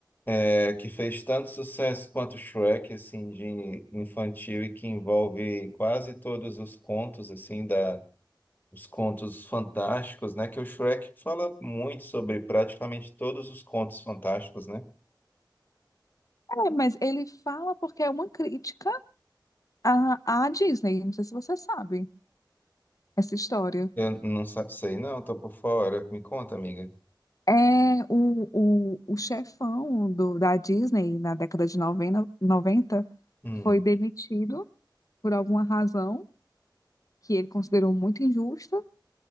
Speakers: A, on the left (about 20°); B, on the left (about 45°).
A: é, que fez tanto sucesso quanto Shrek, assim, de infantil e que envolve quase todos os contos, assim, da os contos fantásticos, né? Que o Shrek fala muito sobre praticamente todos os contos fantásticos, né?
B: É, mas ele fala porque é uma crítica à, à Disney, não sei se você sabe essa história.
A: Eu não sa- sei, não, tô por fora. Me conta, amiga.
B: É o, o, o chefão do, da Disney na década de 90 90
A: Hum.
B: foi demitido por alguma razão que ele considerou muito injusta.